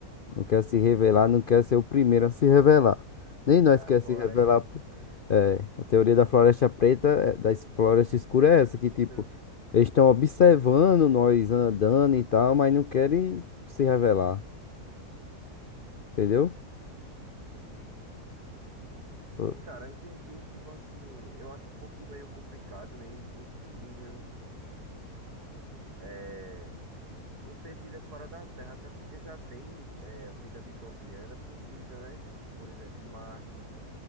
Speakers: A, on the left; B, on the right.
A: Não quer se revelar, não quer ser o primeiro a se revelar. Nem nós
B: Aí
A: quer
B: a floresta,
A: se revelar. É, a teoria da floresta preta, é, da es- floresta escura é essa, que
B: como
A: tipo,
B: se eles.
A: eles estão observando nós andando e tal, mas não querem se revelar, entendeu?
B: Sim,
A: Eu-
B: cara, eu entendi. Tipo assim, eu acho um pouco meio complicado, meio impossível. É, não ter vida fora da Terra, até porque já tem é, vida microbiana possível, né? Por exemplo, em Marte,